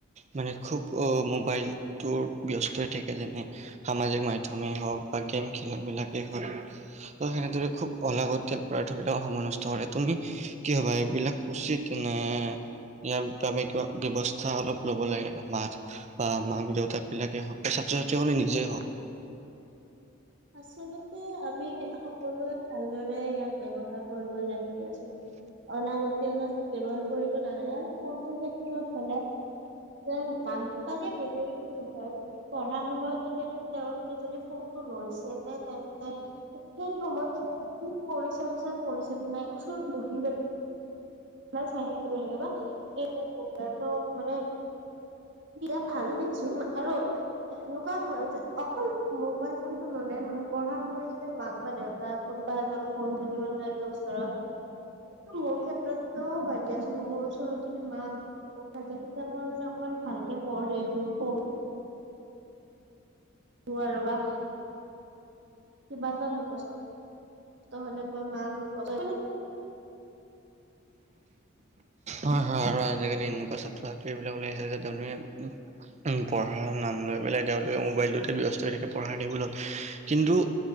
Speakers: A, on the right; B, on the right.
A: মানে খুব মোবাইলটোত ব্যস্ত হৈ থাকে যেনে সামাজিক মাধম মথমেই হওক বা গেম খেলবিলাকেই হওক ত সেনেদৰে খুব অলাগত তেল পদাৰ্থবিলাক সময় নষ্ট কৰে তুমি কি হবা এইবিলাক উচিত নে ইয়াৰ আমি কিবা ব্যৱস্থা অলপ ল'ব লাগে মাছ বা মাক দেউতাক বিলাকে হওক বা ছাত্ৰ ছাত্ৰী কাৰে নিজেই হওক
B: আচলতে আমি সকলোৱে ভালদৰে ইয়াক ব্যৱহাৰ কৰিব লাগে দিয়াচোন অনাগতি অলপ ব্যৱহাৰ কৰিব নালাগে আৰু ফোনটোৰ ক্ষেত্ৰত হলে যে ম দেউ তাকে বেেল খ হয় পঢ়া সময়খিনিত তেওঁলোকে যদি ফোনটো লৈছে তে তেন্তে সেই সময়খিনিত কি কৰিছে সচাই পৰিছে নে নাই ওচৰত বহি পেল ম চাই থাকিব লাগে বা সব ত মানে দিয়া ভাল দিয়াচোন আৰু এ এনেকুৱা হয় যে অকল মোবাইল ফোনতটো ললেই নহয় পঢ়া সময়খিনিত মাক বা দেউতাক তাত কোনোবা এজন বন থাকিব লাগে ওচৰত এইটো মোৰ ক্ষেত্ৰত ত ত ভাই দিয়া আচ মোৰ ওচৰততে মা তাকে তেতিয়া মই মানে অকমান ভালকে পঢ়ি উ ত আৰু ৰ বা কিবা এটা মুখচ তহ'লে মই মাক মুখচে
A: হয় হয় আৰু আজিকালি এনেকুৱা ছাত্ৰ ছাত্ৰী এইবিলাক ওলাইিছে যে ড পঢ়াৰ নাম লৈ পেলাই তেওঁলোকে মোবাইলটোতে ব্যস্ত হৈ থাকে পঢ়াৰ দেিবলত কিন্তু